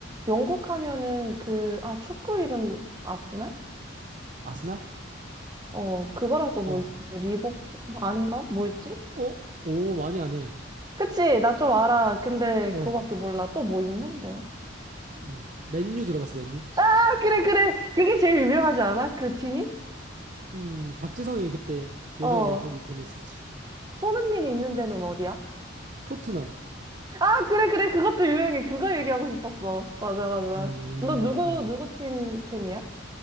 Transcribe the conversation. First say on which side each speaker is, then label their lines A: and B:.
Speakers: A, on the right; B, on the right.
A: 영국 하면은 그, 아, 축구 이름 아스날?
B: 아스날?
A: 어, 그거랑 또 뭐
B: 어.
A: 있었지? 리버풀, 뭐 아닌가? 뭐였지?
B: 어? 오, 많이 안 해.
A: 그치, 나 좀 알아. 근데
B: 어.
A: 그거밖에 몰라. 또 뭐 있는데?
B: 음. 맨유 들어봤어, 맨유?
A: 아, 그래, 그래. 그게 제일 유명하지 않아? 그 팀이?
B: 음, 박지성이 그때 예전에
A: 어.
B: 거기 재밌었지.
A: 손흥민이 있는 데는 어디야?
B: 토트넘.
A: 아, 그래, 그래. 그것도 유명해. 그거 얘기하고 싶었어. 맞아, 맞아.
B: 음,
A: 너 누구,
B: 음.
A: 누구 팀 팬이야?